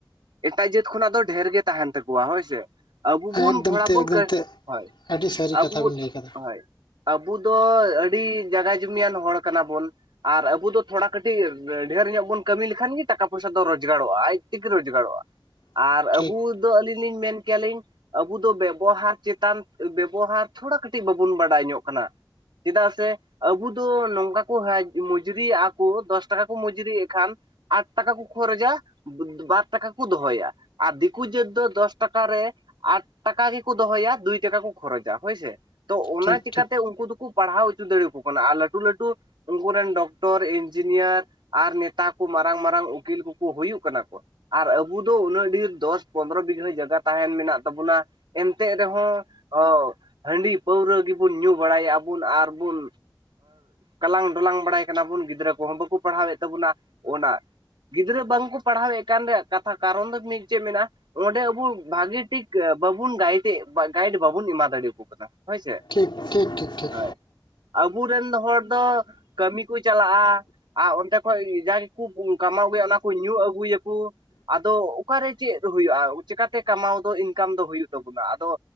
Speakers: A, on the right; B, on the left.
A: ᱮᱴᱟᱜ ᱡᱟᱹᱛ ᱠᱷᱚᱱᱟᱜ ᱫᱚ ᱰᱷᱮᱨ ᱜᱮ ᱛᱟᱦᱮᱱ ᱛᱟᱠᱚᱣᱟ ᱦᱳᱭᱥᱮ ᱟᱵᱚ ᱵᱚᱱ
B: ᱮᱠᱫᱚᱢ
A: ᱟᱵᱚ
B: ᱛᱮ ᱮᱠᱫᱚᱢ
A: ᱠᱟ
B: ᱛᱮ
A: ᱦᱳᱭ
B: ᱟᱹᱰᱤ ᱥᱟᱹᱨᱤ
A: ᱟᱵᱳ
B: ᱠᱟᱛᱷᱟ ᱵᱮᱱ ᱞᱟᱹᱭ ᱠᱟᱫᱟ
A: ᱦᱳᱭ ᱟᱵᱚ ᱫᱚ ᱟᱹᱰᱤ ᱡᱟᱜᱟ ᱡᱩᱚᱢᱤᱭᱟᱱ ᱦᱚᱲ ᱠᱟᱱᱟᱵᱚᱱ᱾ ᱟᱨ ᱟᱵᱚ ᱫᱚ ᱛᱷᱚᱲᱟ ᱠᱟᱹᱴᱤᱡ ᱰᱷᱮᱨ ᱧᱚᱜ ᱵᱚᱱ ᱠᱟᱹᱢᱤ ᱞᱮᱠᱷᱟᱱ ᱜᱮ ᱴᱟᱠᱟ ᱯᱚᱭᱥᱟ ᱫᱚ ᱨᱚᱡᱜᱟᱨᱚᱜᱼᱟ ᱟᱡ ᱛᱮᱜᱮ ᱨᱚᱡᱜᱟᱨᱚᱜᱼᱟ᱾
B: <inaudible>
A: ᱟᱨ
B: ᱴᱷᱤᱠ
A: ᱟᱹᱵᱚ ᱫᱚ ᱟᱹᱞᱤᱧ ᱞᱤᱧ ᱢᱮᱱ ᱠᱮᱭᱟᱞᱤᱧ ᱟᱵᱚ ᱵᱮᱵᱚᱦᱟᱨ ᱪᱮᱛᱟᱱ ᱵᱮᱵᱚᱦᱟᱨ ᱛᱷᱚᱲᱟ ᱠᱟᱹᱴᱤᱡ ᱵᱟᱵᱚᱱ ᱵᱟᱰᱟᱭ ᱧᱚᱜ ᱠᱟᱱᱟ ᱪᱮᱫᱟᱜ ᱥᱮ ᱟᱵᱚ ᱫᱚ ᱱᱚᱝᱠᱟ ᱠᱚ ᱢᱩᱡᱨᱤᱜᱼᱟ ᱠᱚ ᱫᱚᱥ ᱴᱟᱠᱟ ᱠᱚ ᱢᱡᱽᱨᱤᱭᱮᱫ ᱠᱷᱟᱱ ᱟᱴ ᱴᱟᱠᱟ ᱠᱚ ᱠᱷᱚᱨᱪᱟ᱾ ᱵᱟᱨ ᱴᱟᱠᱟ ᱠᱚ ᱫᱚᱦᱚᱭᱟ ᱟᱨ ᱫᱤᱠᱩ ᱡᱟᱹᱛ ᱫᱚ ᱫᱚᱥ ᱴᱟᱠᱟ ᱨᱮ ᱟᱴ ᱴᱟᱠᱟ ᱜᱮᱠᱚ ᱫᱚᱦᱚᱭᱟ ᱫᱩᱭ ᱴᱟᱠᱟ ᱠᱚ ᱠᱷᱚᱨᱚᱪᱟ ᱦᱳᱭᱥᱮ ᱛᱚ ᱚᱱᱟ
B: ᱴᱷᱤᱠ
A: ᱪᱤᱠᱟᱛᱮ
B: ᱴᱷᱤᱠ
A: ᱩᱱᱠᱩ ᱫᱚᱠᱚ ᱯᱟᱲᱦᱟᱣ ᱦᱚᱪᱚ ᱫᱟᱲᱮᱭᱟᱠᱚ ᱠᱟᱱᱟ ᱟᱨ ᱞᱟᱹᱴᱩ ᱞᱟᱹᱴᱩ ᱩᱱᱠᱩ ᱨᱮᱱ ᱰᱚᱠᱴᱚᱨ ᱤᱧᱡᱤᱱᱤᱭᱟᱨ ᱟᱨ ᱱᱮᱛᱟ ᱠᱚ ᱢᱟᱨᱟᱝ ᱢᱟᱨᱟᱝ ᱩᱠᱤᱞ ᱠᱚᱠᱚ ᱦᱩᱭᱩᱜ ᱠᱟᱱᱟ ᱠᱚ᱾ ᱟᱨ ᱟᱵᱚ ᱫᱚ ᱩᱱᱟᱹᱜ ᱰᱷᱮᱨ ᱫᱚᱥ ᱯᱚᱸᱱᱨᱚ ᱵᱤᱜᱷᱟᱹ ᱡᱟᱭᱜᱟ ᱛᱟᱦᱮᱱ ᱢᱮᱱᱟᱜ ᱛᱟᱵᱚᱱᱟ᱾ ᱮᱱᱛᱮᱜ ᱨᱮᱦᱚᱸ ᱦᱟᱺᱰᱤ ᱯᱟᱹᱣᱨᱟᱹ ᱜᱮᱵᱚᱱ ᱧᱩ ᱵᱟᱲᱟᱭᱮᱫᱼᱟ ᱵᱚᱱ ᱟᱨᱵᱚᱱ ᱠᱟᱞᱟᱝ ᱰᱚᱞᱟᱝ ᱵᱟᱲᱟᱭ ᱠᱟᱱᱟ ᱵᱚᱱ ᱜᱤᱫᱽᱨᱟᱹ ᱠᱚᱦᱚᱸ ᱵᱟᱠᱚ ᱯᱟᱲᱦᱟᱣᱮᱫ ᱛᱟᱵᱚᱱᱟ ᱚᱱᱟ ᱜᱤᱫᱽᱨᱟᱹ ᱵᱟᱝᱠᱚ ᱯᱟᱲᱦᱟᱣᱮᱫ ᱠᱟᱱ ᱨᱮᱭᱟᱜ ᱠᱟᱛᱷᱟ ᱠᱟᱨᱚᱱ ᱫᱚ ᱢᱤᱫ ᱪᱮᱫ ᱢᱮᱱᱟᱜᱼᱟ? ᱚᱸᱰᱮ ᱟᱵᱚ ᱵᱷᱟᱜᱤ ᱴᱷᱤᱠ ᱵᱟᱵᱩᱱ ᱜᱟᱭᱤᱰ ᱜᱟᱭᱤᱰ ᱵᱟᱵᱩᱱ ᱮᱢᱟ ᱫᱟᱲᱮᱭᱟᱠᱚ ᱠᱟᱱᱟ᱾ ᱦᱳᱭ ᱥᱮ?
B: ᱴᱷᱤᱠ ᱴᱷᱤᱠ ᱴᱷᱤᱠ ᱴᱷᱤᱠ
A: ᱦᱳᱭ᱾ ᱟᱵᱚᱨᱮᱱ ᱦᱚᱲ ᱫᱚ ᱠᱟᱹᱢᱤ ᱠᱚ ᱪᱟᱞᱟᱜᱼᱟ᱾ ᱟᱨ ᱚᱱᱛᱮ ᱠᱷᱚᱡ ᱡᱟ ᱜᱮᱠᱚ ᱠᱟᱢᱟᱣ ᱟᱹᱜᱩᱭᱟ ᱚᱱᱟ ᱠᱚ ᱧᱩ ᱟᱹᱜᱩᱭᱟᱠᱚ᱾ ᱟᱫᱚ ᱚᱠᱟᱨᱮ ᱪᱮᱫ ᱦᱩᱭᱩᱜᱼᱟ ᱪᱤᱠᱟᱛᱮ ᱠᱟᱢᱟᱣ ᱫᱚ ᱤᱱᱠᱟᱢ ᱫᱚ ᱦᱩᱭᱩᱜ ᱛᱟᱵᱚᱱᱟ ᱟᱫᱚ,